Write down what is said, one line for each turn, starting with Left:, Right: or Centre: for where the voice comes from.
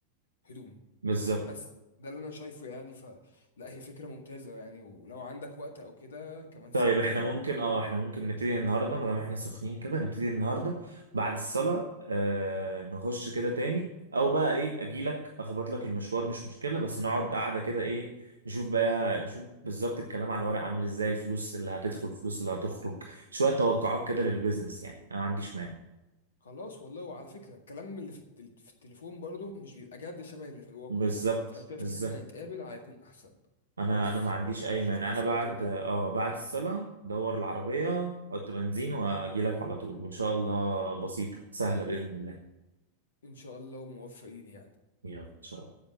Left: هدوم
Right: بالظبط
Left: بس ده اللي انا شايفه يعني فلا هي فكره ممتازه يعني ولو عندك وقت او كده كمان ساعتين
Right: طيب احنا ممكن اه احنا ممكن نبتدي النهارده ما دام احنا سخنين كده نبتدي النهارده بعد الصلاه آه نخش كده تاني او بقى ايه اجيلك اخبط لك المشوار مش مشكله بس نقعد قاعده كده ايه نشوف بقى نشوف بالظبط الكلام على الورق عامل ازاي الفلوس اللي هتدخل الفلوس اللي هتخرج شويه توقعات كده للبيزنس يعني انا ما عنديش مانع
Left: خلاص والله وعلى فكره الكلام اللي في التل- في التليفون برضه مش بيبقى جد شبه اللي في الواقع
Right: بالظبط
Left: فانا شايف
Right: بالظبط
Left: ان احنا نتقابل هيكون احسن خلاص
Right: انا انا ما عنديش
Left: آه،
Right: اي
Left: شوف
Right: مانع
Left: نفسك
Right: انا بعد
Left: كده
Right: اه بعد الصلاه دور العربيه حط بنزين واجيلك على طول وان شاء الله بسيطه سهله باذن الله
Left: ان شاء الله وموفقين يعني
Right: يلا سلام